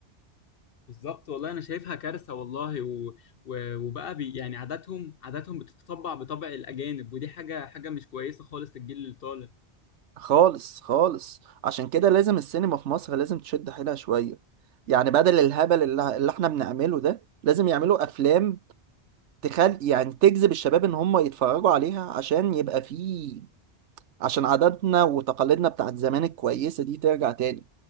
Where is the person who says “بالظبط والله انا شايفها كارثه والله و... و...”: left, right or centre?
Left